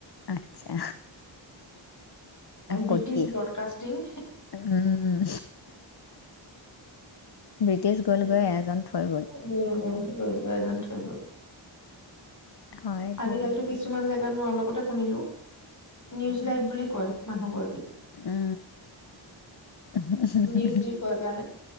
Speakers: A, on the left (about 55°); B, on the left (about 40°).
A: আচ্ছা
B: ব্ৰিটিছ
A: ক'ত কি
B: ব্ৰডকাষ্টিং
A: উম ব্ৰিটিছ গ'লগৈ
B: গল
A: এজন থৈ
B: গল গল এজন থৈ গ'ল
A: হয়
B: আজিকালিতো
A: দিয়ক
B: কিছুমান জেগাত মই অলপত শুনিলো নিউজ লাইভ বুলি কয় মানুহগৰাকীক
A: উ হু হু
B: নিউজ
A: হু
B: দি পোৱা কাৰণে